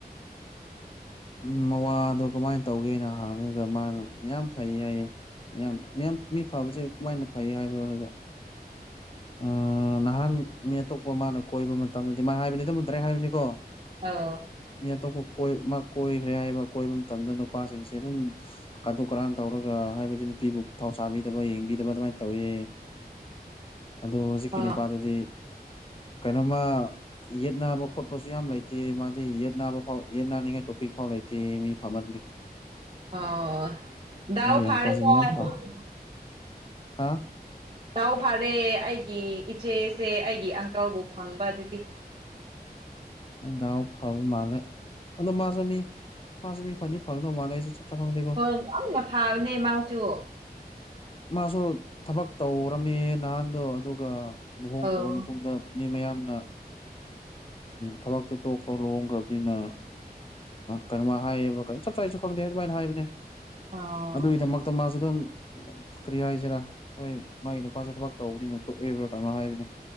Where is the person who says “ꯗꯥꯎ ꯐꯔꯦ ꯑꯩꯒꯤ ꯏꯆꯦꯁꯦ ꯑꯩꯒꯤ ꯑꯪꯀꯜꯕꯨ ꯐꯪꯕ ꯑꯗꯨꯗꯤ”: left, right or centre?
Right